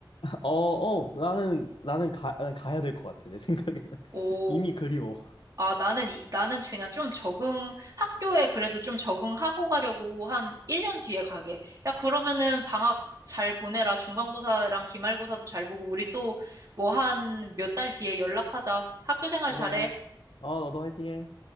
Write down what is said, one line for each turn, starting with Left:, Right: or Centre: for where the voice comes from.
Left: 어, 어, 나는, 나는 가, 난 가야 될 것 같아, 내 생각에는. <laughs>
Right: 오,
Left: 이미 그리워.
Right: 아, 나는, 이- 나는 그냥 좀 적응, 학교에 그래도 좀 적응하고 가려고 한 1년 뒤에 가게. 야, 그러면은 방학 잘 보내라. 중간고사랑 기말고사도 잘 보고, 우리 또 뭐 한 몇 달 뒤에 연락하자. 학교 생활
Left: 그래.
Right: 잘해.
Left: 어, 너도 화이팅해.